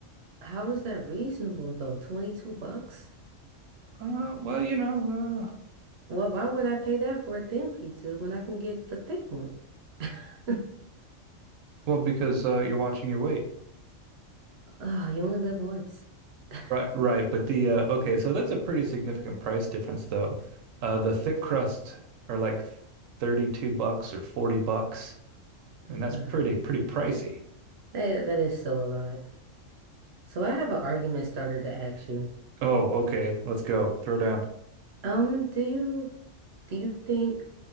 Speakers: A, on the right (about 65°); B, on the right (about 85°).
A: How is that reasonable though? 22 bucks?
B: Uh, well, you know, uh,
A: Well, why would I pay that for a thin pizza when I can get the thick one? <laughs>
B: well, because uh, you're watching your weight.
A: Oh, you only live once. <laughs>
B: Right, right. But the uh, okay, so that's a pretty significant price difference, though. Uh, the thick crust are like 32 bucks or 40 bucks, and
A: Oh
B: that's
A: God.
B: pretty, pretty pricey.
A: That, that is still a lot. So I have an argument starter to ask you.
B: Oh, okay, let's go. Throw down.
A: Um, do you do you think